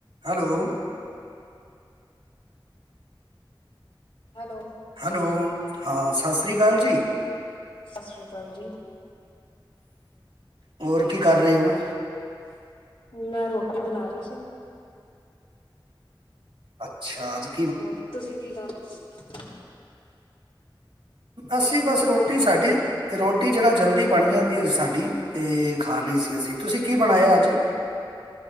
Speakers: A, on the right (about 85°); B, on the left (about 80°).
A: Hello.
B: Hello.
A: Hello, ਹਾਂ ਸਤਿ ਸ਼੍ਰੀ ਅਕਾਲ ਜੀ।
B: ਸਤਿ ਸ਼੍ਰੀ ਅਕਾਲ ਜੀ।
A: ਹੋਰ ਕੀ ਕਰ ਰਹੇ ਹੋ।
B: ਮੈਂ ਰੋਟੀ ਬਣਾ ਰਹੀ ਸੀ।
A: ਅੱਛਾ ਜੀ।
B: ਹੋਰ ਤੁਸੀਂ ਕੀ ਕਰਦੇ।
A: ਅਸੀਂ
B: ਅੱਜ
A: ਬਸ
B: ਬਣਾਇਆ
A: ਰੋਟੀ ਸਾਡੀ ਤੇ ਰੋਟੀ ਜਿਹੜਾ ਜਲਦੀ ਬਣ ਜਾਂਦੀ ਹੈ ਸਾਡੀ ਤੇ ਖਾ ਲਈ ਸੀ ਅਸੀਂ ਤੁਸੀਂ ਕੀ ਬਣਾਇਆ ਅੱਜ।